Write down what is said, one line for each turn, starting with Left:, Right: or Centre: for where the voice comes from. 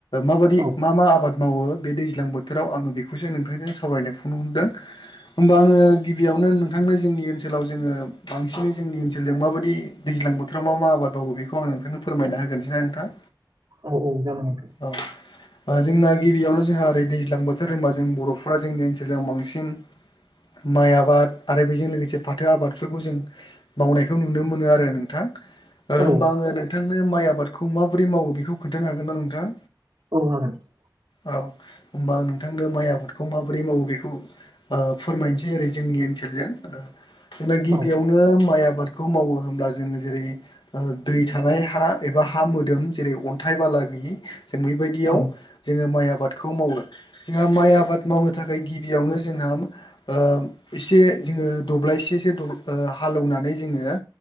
Left: माबायदि
Right: औ
Left: मा मा आबाद मावो बे दैज्लां बोथोराव आङो बेखौसो नोंथांजों सावरायनो फन हरदों होमबा आङो गिबियावनो नोंथांनो जोंनि ओनसोलाव जोङो बांसिन जोंनि ओनसोलजों माबायदि दैज्लां बोथोराव मा मा आबाद मावो बेखौ खौ आं नोंथांनो फोरमायना होगोनसैना नोंथां
Right: औ औ जागगोन नोंथां
Left: औ। ओ जोंना गिबियावनो जोंहा ओरै दैज्लां बोथोर होनबा जों बर'फोरा जोंनि ओनसोलाव बांसिन माइ आबाद आरो बेजों लोगोसे फाथो फाथो आबादफोरखौ जों मावनायखौ नुनो मोनो आरो नोंथां होमबा
Right: औ
Left: आङो नोंथांनो माइ आबादखौ माबोरै मावो बेखौ खोन्थानो हागोन ना नोंथाङा
Right: <unintelligible>
Left: औ होनोमबा नोंथांनो माइ आबादखौ माबोरै मावो बेखौ ओ फोरमायनोसै ओरै जोंनि ओनसोलजों गिबियावनो
Right: औ
Left: माइ आबादखौ मावो होनोमब्ला जोङो जेरै ओ दै थानाय हा एबा हा मोदोम जेरै अन्थाइ बालागि जों बेबायदियाव
Right: औ
Left: जोङो माइ आबादखौ मावो। जोंहा माइ आबाद मावनो थाखाय गिबियावनो जोंहा ओ एसे जोङो दब्लायसे एसे ओ हालेवनानै जोङो